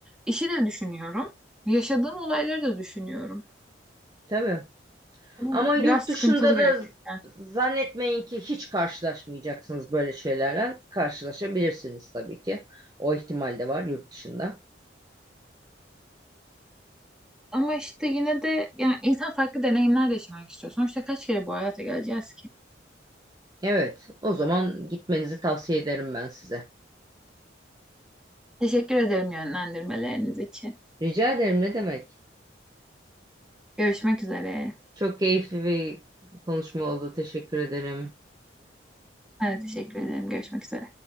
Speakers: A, in the centre; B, on the right.
A: işi de düşünüyorum. Yaşadığım olayları da düşünüyorum.
B: Tabii.
A: Bu
B: Ama
A: biraz
B: yurt
A: sıkıntılı
B: dışında
A: gerçekten.
B: da z- zannetmeyin ki hiç karşılaşmayacaksınız böyle şeylerle. Karşılaşabilirsiniz tabii ki. O ihtimal de var yurt dışında.
A: Ama işte yine de yani insan farklı deneyimler de yaşamak istiyor. Sonuçta kaç kere bu hayata geleceğiz ki?
B: Evet, o zaman gitmenizi tavsiye ederim ben size.
A: Teşekkür ederim yönlendirmeleriniz için.
B: Rica ederim ne demek.
A: Görüşmek üzere.
B: Çok keyifli bir konuşma oldu. Teşekkür ederim.
A: Ben de teşekkür ederim. Görüşmek üzere.